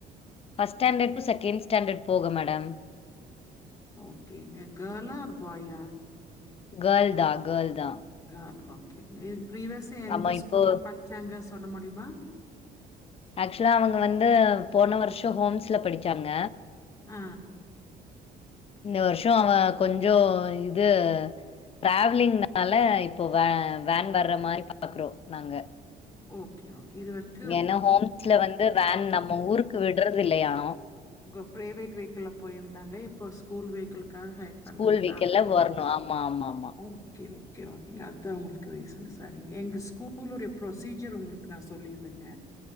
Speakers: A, on the left; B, on the left.
A: first standard to second standard போக மேடம்
B: ஓகேங்க கேர்ளா ஆர் பாயா
A: கேர்ள்தா கேர்ள்தா
B: கேர்ள் ஓகே இது பிரிவியஸ்ஸா எந்த
A: ஆமா
B: ஸ்கூல்ல
A: இப்போ
B: படிச்சாங்க சொல்ல முடியுமா
A: ஆக்சுவலா அவங்க வந்து போன வருஷோ ஹோம்ஸ்ல படிச்சாங்க
B: ஆ
A: இந்த வருஷோ அவ கொஞ்சோ இது டிராவலிங்னால இப்போ வே வேன் வர்ற மாரி பாக்குறோ நாங்க
B: ஓகே ஓகே இதுவரைக்கு
A: ஏன்னா ஹோம்ஸ்ல வந்து வேன் நம்ம ஊருக்கு விடுறது இல்லையா
B: அவங்க பிரைவேட் வெஹிகில்ல போயிருந்தாங்க இப்ப ஸ்கூல் வெஹிகில்க்காக பண்றீங்களா
A: ஸ்கூல் வீக்கல்ல வரணு ஆமா ஆமா ஆமா
B: ஓகே ஓ கே ஓகேங்க அதுதா உங்களுக்கு ரீசன்னு சரிங்க எங்க ஸ்கூலுடைய ப்ரொசீஜர் உங்களுக்கு நா சொல்லிர்றேங்க